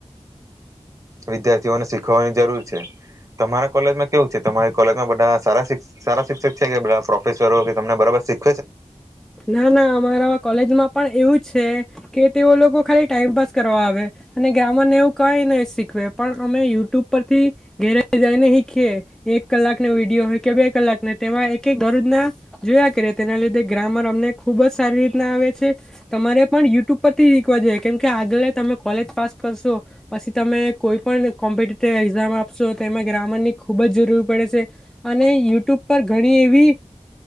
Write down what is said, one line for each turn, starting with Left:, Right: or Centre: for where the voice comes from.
Right: વિદાર ને શીખવાની જરૂર છે, તમારા કોલેજમાં કેવું છે તમારી કોલેજમાં બધા સારા સારા શિક્ષક છે કે પ્રોફેસરો તમને બરાબર શીખ
Centre: ના, ના, અમારા કોલેજમાં પણ એવું જ છે, કે તેઓ લોકો ખાલી ટાઈમપાસ કરવા આવે. અને ગ્રામરને એવું કઈ નહી શીખવે. પણ, અમે યુટ્યુબ પરથી ઘેરે જઈને શીખીએ એક કલાકનો વિડીયો હોય, કે બે કલાક તેમાં એક એક ઘરજ ના જોયા કે રતે તેના લીધે ગ્રામર અમને ખૂબ જ સારી રીતના આવે છે. તમારે પણ યુટ્યુબ પરથી શીખવા જઈએ. કેમ કે, આગળ તમે કોલેજ પાસ કરશો પછી, તમે કોઈ પણ કોમ્પિટટિવ એક્ઝામ આપશો તો એમાં, ગ્રામરની ખૂબ જ જરૂર પડે છે. અને યુટ્યુબ પર ઘણી એવી